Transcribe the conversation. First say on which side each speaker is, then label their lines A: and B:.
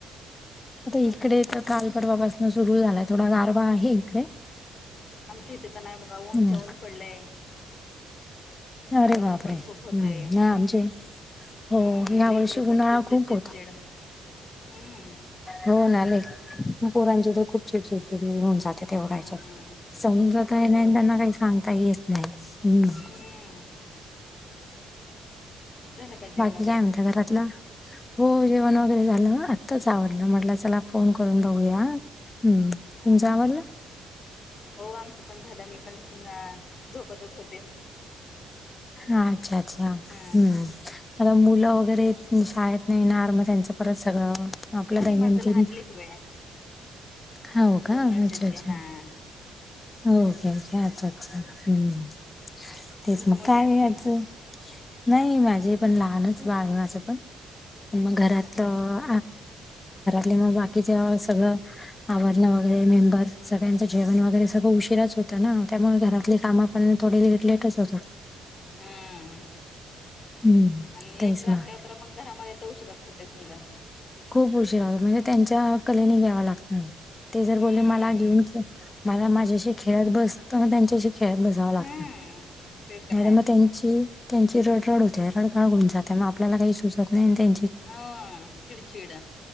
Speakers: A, on the left; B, on the left.
A: आता इकडे तर काल परवापासन सुरू झालाय थोडा गारवा आहे इकडे
B: आम थं इथंताना बघा ऊन
A: हम्म
B: वन पडले.
A: अरे
B: गरम
A: बापरे
B: पण
A: हम्म
B: खूप होतय.
A: नाही, आमचे
B: हम्म
A: हो या
B: लेखर
A: वर्षी उन्हाळा
B: पण चिडचिड
A: खूप
B: चिडचिड हम्म
A: होनले पोरांचे तर खूप चिडचिडचि होऊन जाते तेवघायच्या
B: हम्म, हम्म.
A: समजताही
B: हो.
A: नाही त्यांना काही सांगता हच नाही हम्.
B: हम्म. झालं का जेवण
A: बाकी
B: वगैरे?
A: काय म्हणत घरातलं हो जेवण वगैरे झालं आत्ताच आवडलं म्हटलं चला.
B: अच्छा
A: फोन करून
B: अच्छा.
A: बघूया ह् तुमच्या
B: हां हां
A: आवडला.
B: हां. हो आमचं पण झालं मी पण झोपतच होते.
A: ह अच्छा अच्छा
B: हां.
A: हम्म. आता मुलं
B: हं.
A: वगैरे शाळेत नाहीणार मग त्यांचं परत सगळं. आपलं
B: नाही
A: दैनंदिन
B: माझं लहान लेकरू आहे.
A: हा का
B: दोन वर्षाची
A: अच्छा अच्छा.
B: हां.
A: के के आ हम् तेच
B: तुमची
A: मग
B: मोठे
A: काय
B: असतील?
A: आच नाही माझे पण लहानच बाळ आहे माझं पण
B: अच्छा
A: मग घरातलं
B: अच्छा.
A: ग बा सळ आण वरेंबर सग्यांचं जेवण वरे. सगळं उशिराच होत ना त्यामुळे घरातले काम आपण थोडे लेट लेटच होत.
B: हम्म
A: हम्म
B: आणि
A: तेच
B: लेकर असल्यावर
A: ना
B: तर मग घरामध्ये तर उशीिरच होते समधा.
A: खूप उशीराहतो म्हणजे त्यांच्या कलेने घ्याव लागतं. ते जर
B: हम्म.
A: बोलले मला घेऊन मला माझ्याशी खेळत बसतं म त्यांच्याशी खेळत बसत.
B: हम्म. ते तर आहे.
A: मग त्यांची रड रड होते रडगळ गन जाते मग आपल्याला काही सुजत नाही त्यां
B: हा चिडचिड.